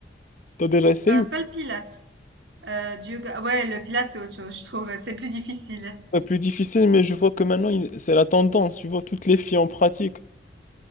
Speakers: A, on the left; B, on the right.
A: T'as déjà essayé
B: Euh,
A: ou
B: pas le pilate euh, du yoga ouais le pilate c'est autre chose je trouve c'est plus difficile
A: pas plus difficile, mais je vois que maintenant, il- c'est la tendance. Tu vois, toutes les filles en pratiquent.